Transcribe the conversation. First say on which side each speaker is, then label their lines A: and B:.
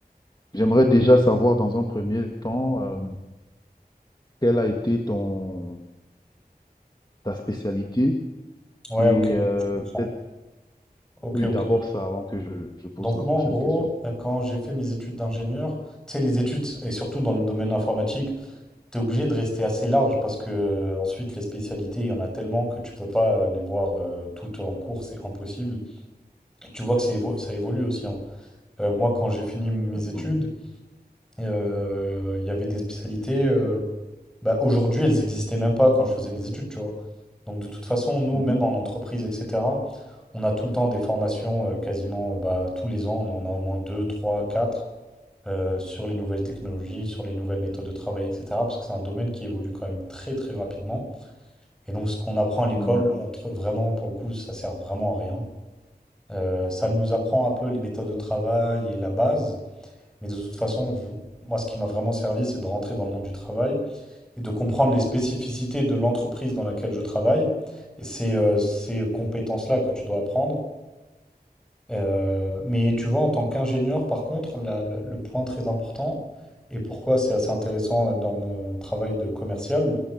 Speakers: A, on the left; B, in the centre.
A: j'aimerais déjà savoir dans un premier temps, euh, quelle a été ton, ta spécialité
B: Ouais,
A: et
B: ok,
A: euh,
B: je comprends.
A: peut-être
B: Ok,
A: Oui,
B: ok.
A: d'abord ça avant que je, je pose
B: Donc
A: la
B: moi,
A: prochaine
B: en gros,
A: question.
B: euh, quand j'ai fait mes études d'ingénieur, tu sais, les études, et surtout dans le domaine informatique, t'es obligé de rester assez large parce que euh, ensuite, les spécialités, il y en a tellement que tu peux pas euh, les voir euh, toutes en cours, c'est impossible. Et tu vois que ça évo- ça évolue aussi. hein. Euh, moi, quand j'ai fini mes
A: D'accord.
B: études, euh, il y avait des spécialités, euh, bah, aujourd'hui, elles n'existaient même pas quand je faisais mes études, tu vois. Donc de toute façon, nous,
A: Mhm.
B: même en entreprise, etc. On a tout le temps des formations, euh, quasiment euh, bah, tous les ans, on en a au moins deux, trois, quatre, euh, sur les nouvelles technologies, sur les nouvelles méthodes de travail, etc. Parce que c'est un domaine qui évolue quand même très très rapidement. Et donc ce qu'on apprend à l'école,
A: Ouais.
B: entre vraiment, pour le coup, ça sert vraiment à rien. Euh, ça nous apprend un peu les méthodes de travail et la base. Mais de toute façon, vous- moi, ce qui m'a vraiment servi, c'est de rentrer dans le monde du travail et de comprendre les spécificités de l'entreprise dans laquelle je travaille. Et c'est euh, ces compétences-là que tu dois apprendre. Euh, mais tu vois, en tant qu'ingénieur, par contre, la- la- le point très important, et pourquoi c'est assez intéressant euh, dans mon travail de commercial,